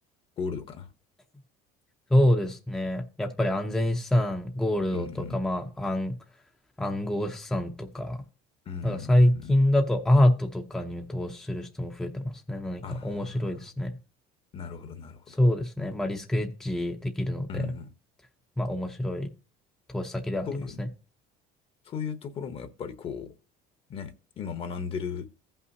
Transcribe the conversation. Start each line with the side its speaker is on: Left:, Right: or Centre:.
Left: ゴールドかな。
Centre: そうですね。やっぱり安全資産、ゴールドとか、
Left: うんうん。
Centre: まあ、暗、暗号資産とか、
Left: うんうんうんうん
Centre: なんか最近だとアートとかに投資する人も増えてますね。何か面白いですね。
Left: ああ、なるほど、なるほど。
Centre: そうですね。まあリスクヘッジできるので。
Left: うんうん。
Centre: まあ面白い投資先ではありますね。
Left: そういう、そういうところもやっぱりこう、ね、今学んでる